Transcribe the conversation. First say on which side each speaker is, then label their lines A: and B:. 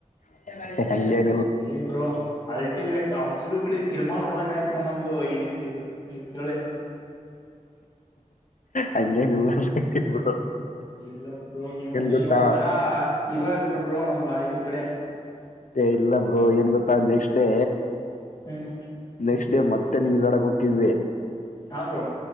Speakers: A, on the left; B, on the left.
A: ಹ <inaudible>
B: ಈಏ ಬ್ರ <unintelligible> ಅಲ್ಟಿಮೇಟ್ ಅಬ್ಸುಲೂಟ್ಲಿ ಸಿನಿಮಾ ನೋಡ್ದಂಗ ಆಯ್ತು ನೀವು ನಮ್ದು ಈ ಕೇಳಿ
A: ಹಂಗೇನಿಲ್ಲಲ್ ಇದಿದ್ರು <inaudible>
B: ಇಲ್ಲಬರು ನೀವು
A: ಗೊತ್ತಾ
B: ನೀವು ಒಂತರ ಹೀರೋ ಹಾಗ್ಬಿಟ್ರಿ ಬ್ರೋ ನಮ್ಗ ಇದ್ರ ಕಡೆ
A: ಮತ್ತೆ ಇಲ್ಲ ಬ್ರೋ ಏನ್ ಗೊತ್ತಾ ನೆಕ್ಸ್ಟ್ ಡೇ
B: ಹ್ಮ್
A: ನೆಕ್ಸ್ಟ್ ಡೇ ಮತ್ತೆ ನೀ ಈಜಾಡಕ್ ಹೋಗಿದ್ವಿ
B: ಹಾ ಬ್ರೋ